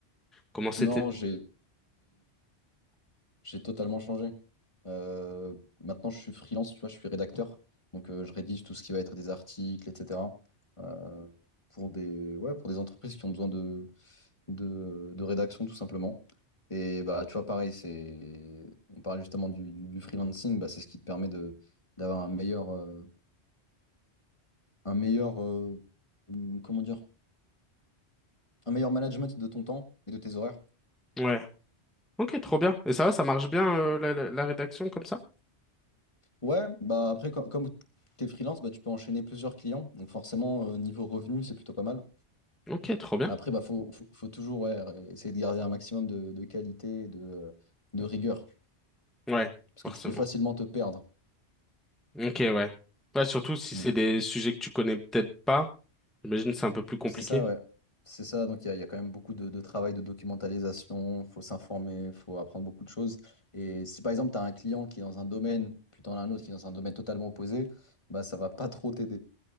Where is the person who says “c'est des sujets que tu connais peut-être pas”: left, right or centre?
Centre